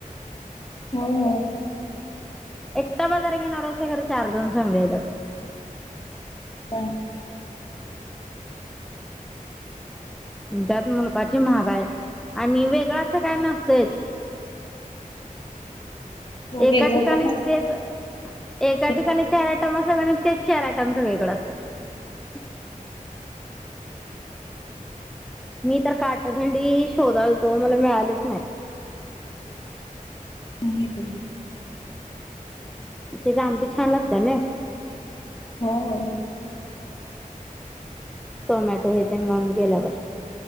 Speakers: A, on the left; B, in the centre.
A: होय होय
B: एकटा बाजार घेणार असंतय खर चार जण संग येत्यात
A: काय
B: त्यात मुलकाची महागाई आणि वेगळं असं काय नसतयच
A: होय
B: एका
A: वेगळं
B: ठिकाणी
A: कोण
B: तेच एका
A: असते
B: ठिकाणी चार आयटम असल कणी तेच चार आयटम सगळीकडं असत्यात मी तर काठभिंडी शोधालतो मला मिळालीच नाही
A: हं येते
B: तेची आमटी छान लागत्या नई
A: व्हय व्हय
B: टोमॅटो हे तेन घालून केेल्यावर